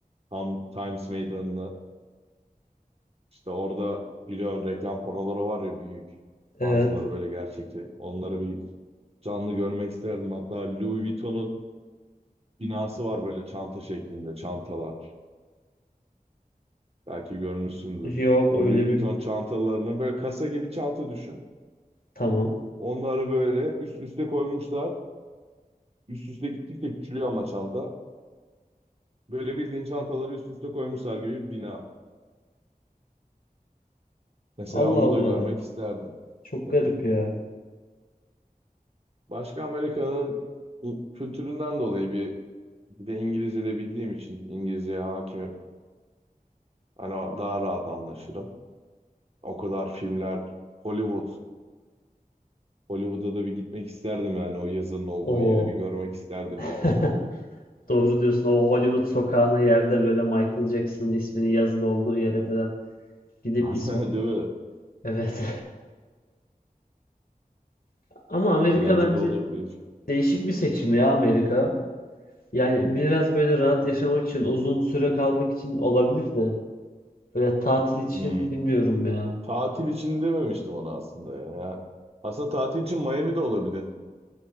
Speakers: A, on the right; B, on the left.
A: Tam Times Meydanı'na. İşte orada biliyorum reklam panoları var ya büyük.
B: Evet.
A: Bazıları böyle gerçekçi. Onları bir canlı görmek isterdim. Hatta Louis Vuitton'un binası var böyle çanta şeklinde çantalar. Belki görmüşsündür.
B: Yok
A: Bu
B: öyle
A: Louis Vuitton
B: bir
A: çantalarının böyle kasa gibi çanta düşün.
B: tamam.
A: Onları böyle üst üste koymuşlar. Üst üste gittikçe küçülüyor ama çanta. Böyle bildiğin çantaları üst üste koymuşlar gibi bir bina. Mesela
B: Allah
A: onu
B: Allah.
A: da görmek isterdim
B: Çok
A: tabii.
B: garip ya.
A: Başka Amerika'nın u- kültüründen dolayı bir Bir de İngilizce de bildiğim için İngilizceye hakimim. Hani daha rahat anlaşırım. O kadar filmler, Hollywood. Hollywood'a da bir gitmek isterdim yani o yazının olduğu
B: O
A: yeri bir görmek isterdim
B: <laughs>
A: yakından.
B: doğru diyorsun. O Hollywood sokağına yerde böyle Michael Jackson ismini yazılı olduğu yere falan gidip
A: <laughs>
B: ismi.
A: Değil mi?
B: Evet. <laughs> Ama Amerika
A: Eğlenceli
B: bence
A: olur diyor.
B: Değişik bir seçim ya Amerika. Yani biraz böyle rahat yaşamak için, uzun süre kalmak için olabilir de. Böyle tatil için
A: Hmm.
B: bilmiyorum ya.
A: Tatil için dememiştim ona aslında ya. Aslında tatil için Miami de olabilir.